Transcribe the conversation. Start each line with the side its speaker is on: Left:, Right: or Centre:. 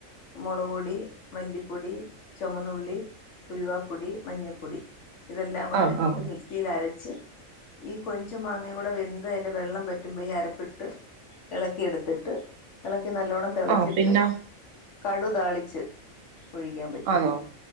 Left: മുളക്പൊടി മല്ലിപ്പൊടി ചുമന്നുള്ളി ഉലുവാ പൊടി മഞ്ഞപ്പൊടി ഇതെല്ലാം കൂടെ
Right: ആഹ്
Left: ഇട്ട്
Right: ആഹ്
Left: മിക്സിയിൽ അരച്ച് ഈ കൊഞ്ചു മാങ്ങയും കൂടെ വെന്ത് അതിൻ്റെ വെള്ളം പറ്റുമ്പോൾ ഈ അരപ്പിട്ട് ഇളക്കിയെടുത്തിട്ട് ഇളക്കി നല്ലവണ്ണം തിളച്ചിട്ട്
Right: ആഹ് പിന്നെ
Left: കടു താളിച്ച് ഒഴിക്കാൻ പറ്റും
Right: ആണോ